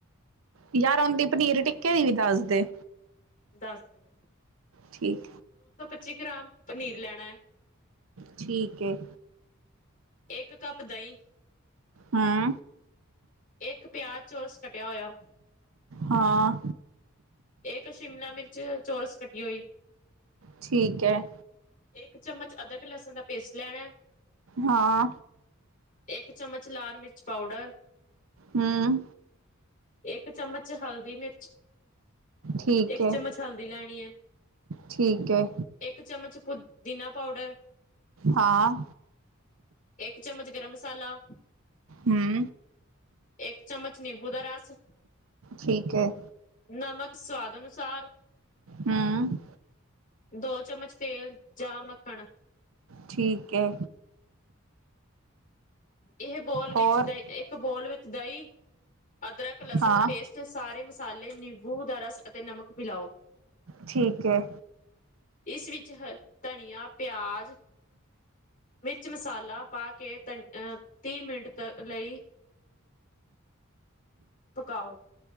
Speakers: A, on the right; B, on the left.
A: ਯਾਰ ਆਉਂਦੀ ਪਨੀਰ ਟਿੱਕੇ ਦੀ ਵੀ ਦੱਸਦੇ।
B: ਦੱਸਨੀ ਆਂ।
A: ਠੀਕ।
B: ਪੱਚੀ ਗ੍ਰਾਮ, ਪਨੀਰ ਲੈਣਾ ਹੈ।
A: ਠੀਕ ਹੈ।
B: ਇੱਕ ਕੱਪ ਦਹੀਂ
A: ਹਾਂ
B: ਇੱਕ ਪਿਆਜ਼ ਚੋਰਸ ਕਟਿਆ ਹੋਇਆ।
A: ਹਾਂ।
B: ਇੱਕ ਸ਼ਿਮਲਾ ਮਿਰਚ ਚੋਰਸ ਕੱਟੀ ਹੋਈ।
A: ਠੀਕ ਹੈ।
B: ਇੱਕ ਚਮਚ ਅਦਰਕ, ਲਸਣ ਦਾ ਪੇਸਟ ਲੈਣਾ।
A: ਹਾਂ।
B: ਇੱਕ ਚਮਚ ਲਾਲ- ਮਿਰਚ ਪਾਊਡਰ
A: ਹਮ।
B: ਇੱਕ ਚਮਚ ਹਲਦੀ ਮਿਰਚ,
A: ਠੀਕ
B: ਇੱਕ
A: ਹੈ
B: ਚਮਚ ਹਲਦੀ ਲੈਣੀ ਹੈ।
A: ਠੀਕ ਹੈ
B: ਇੱਕ ਚਮਚ ਪੁਦੀਨਾ ਪਾਊਡਰ।
A: ਹਾਂ।
B: ਇੱਕ ਚਮਚ ਗਰਮ ਮਸਾਲਾ।
A: ਹਮ।
B: ਇੱਕ ਚਮਚ ਨਿੰਬੂ ਦਾ ਰਸ
A: ਠੀਕ ਹੈ।
B: ਨਮਕ ਸਵਾਦ ਅਨੁਸਾਰ
A: ਹੂੰ
B: ਦੋ ਚਮਚ ਤੇਲ ਜਾਂ ਮੱਖਣ
A: ਠੀਕ ਹੈ।
B: ਇਹ ਬੋਲ ਵਿੱਚ,
A: ਹੋਰ
B: ਦਹੀਂ ਇੱਕ ਬੋਲ ਵਿੱਚ ਦਹੀਂ, ਅਦਰਕ ਲਸਣ
A: ਹਾਂ
B: ਪੇਸਟ ਸਾਰੇ ਮਸਾਲੇ ਨਿੰਬੂ ਦਾ ਰਸ, ਅਤੇ ਨਮਕ ਮਿਲਾਓ।
A: ਠੀਕ ਹੈ।
B: ਇਸ ਵਿੱਚ ਹ ਧਨੀਆ, ਪਿਆਜ਼ ਮਿਰਚ ਮਸਾਲਾ ਪਾ ਕੇ, ਤ ਅਹ ਤੀਹ ਮਿੰਟ ਲਈ ਪਕਾਓ।